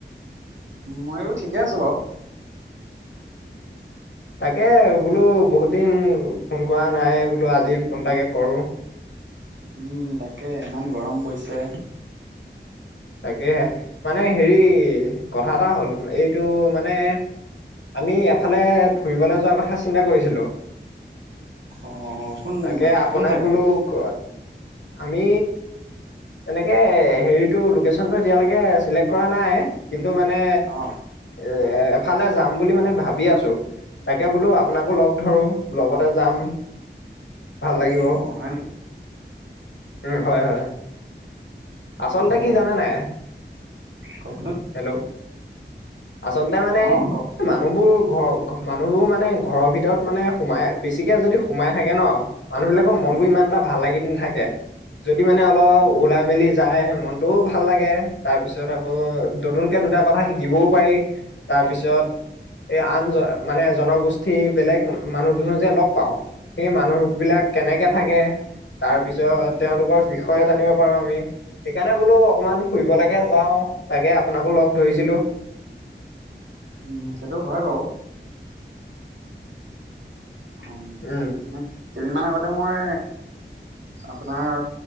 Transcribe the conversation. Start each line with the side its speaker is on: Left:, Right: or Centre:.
Right: ময়ো ঠিকে আছোঁ বাৰু।
Left: তাকে বোলো বহুত দিন, ফোন কৰা নাই বোলো আজি ফোন তাকে কৰোঁ।
Right: উম, তাকে ইমান গৰম পৰিছে।
Left: তাকেহে মানে হেৰি কথা এটা হ'ল, এইটো মানে আমি এফালে ফুৰিবলৈ যোৱাৰ কথা চিন্তা কৰিছিলোঁ।
Right: অ কোন
Left: তাকে আপোনাক
Right: কোন জেগালে
Left: বোলো ক আমি তেনেকে হেৰিত টো লোকেশ্যনটো এতিয়ালৈকে চিলেক্ট কৰা নাই কিন মানে
Right: অ
Left: এ এফালে যাম বুলি মানে ভাবি আছোঁ। তাকে বোলো আপোনাকো লগ ধৰোঁ। লগতে যাম। ভাল লাগিব।
Right: অ হয় নেকি
Left: উ, হয় হয়। আচলতে
Right: অ
Left: কি জানানে?
Right: কওকচোন
Left: হেল্ল' আচলতে মানে
Right: অ কওক
Left: মানুহবোৰ ঘৰ মানুহবোৰ মানে ঘৰৰ ভিতৰত মানে সোমাই বেছিকে যদি সোমাই থাকে ন' মানুহবিলাকৰ মনবোৰ
Right: উম
Left: ইমান এটা ভাল লাগি নাথাকে। যদি মানে অলপ
Right: উম
Left: ওলাই মেলি <unintelligible> মনটোও ভাল লাগে। তাৰপিছত আকৌ নতুনকে দুটা কথা শিকিবও পাৰি। তাৰপিছত এই আন জ-মানে জনগোষ উঠি বেলেগ মানুহ দুনো যে লগ পাওঁ সেই মানুহবিলাক কেনেকে থাকে তাৰপিছত তেওঁলোকৰ বিষয়ে জানিব পাৰো আমি। সেইকাৰণে বোলো অকনমান ফুৰিবলৈকে যাও। তাকে আপোনাকো লগ ধৰিছিলোঁ।
Right: উম, সেইটো হয় বাৰু। অ',
Left: উম
Right: ম কেইদিনমান আগতে মই আপোনাৰ